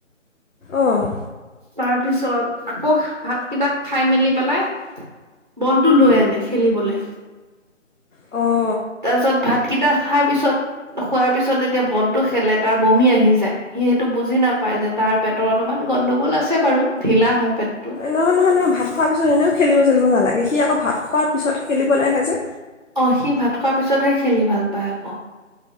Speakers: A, on the left (about 80°); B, on the right (about 35°).
A: অঁ
B: তাৰ পিছত, আকৌ ভাতকিটা খাই মেলি পেলাই, বলটো লৈ আনে খেলিবলে।
A: অ'।
B: তাৰ পিছত ভাতকেইটা খাই পিছত খোৱাৰ পিছত যেতিয়া বলটো খেলে তাৰ বমি আহি যায় সি সেইটো বুজি নাপায় যে তাৰ পেটৰ অলপমান গণ্ডগোল আছে বাৰু ঢিলা হয়। পেটটো
A: নহয়, নহয়, নহয়, ভাত খোৱা পিছত এনেও খেলিব চেলিব নালাগে। সি আকৌ ভাত খোৱাৰ পিছতহে খেলিবলৈ আহে যে?
B: অ', সি ভাত খোৱাৰ পিছতহে খেলি ভাল পায় আকৌ।